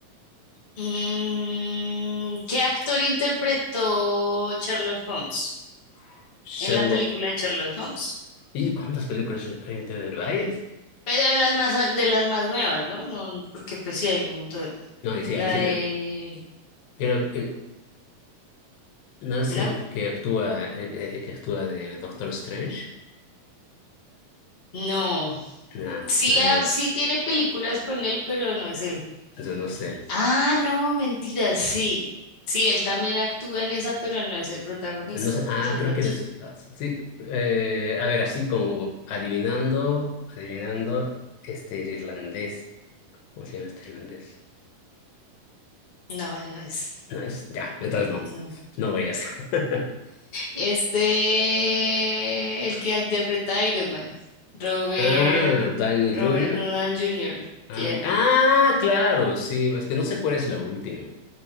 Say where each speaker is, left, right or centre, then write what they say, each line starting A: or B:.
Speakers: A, on the left; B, on the left.
A: mm, ¿qué actor interpretó Sherlock Holmes
B: Sherlock.
A: en la película de Sherlock Holmes?
B: ¿Y cuántas películas hay de ver? ¿Varias?
A: Pero de las más, de las más nuevas, ¿no? No, porque pues sí hay un montón.
B: No, ahí sí,
A: La
B: ahí sí
A: de...
B: me... Creo que no es
A: ¿No?
B: el que actúa, el, el que actúa de Doctor Strange.
A: No.
B: Eh, No,
A: Sí,
B: pero
A: ah,
B: igual.
A: sí tiene películas con él, pero no es él.
B: Entonces no sé. él.
A: Ah, no, mentira, sí. Sí, él también actúa en esa, pero él no es el protagonista,
B: No sé. Ah,
A: es el
B: creo
A: otro.
B: que él es... Sí. eh, a ver, así como adivinando, adivinando, este, el irlandés. ¿Cómo se llama este irlandés?
A: No, él no es.
B: No es... Ya, entonces
A: No.
B: no. No vayas. <laughs>
A: Este, el que interpreta a Iron Man, Robert,
B: Ah, Downey
A: Robert
B: Junior.
A: Donald Jr.
B: Ah,
A: Yeah.
B: mi- ah, claro, sí, es que no sé cuál es la última.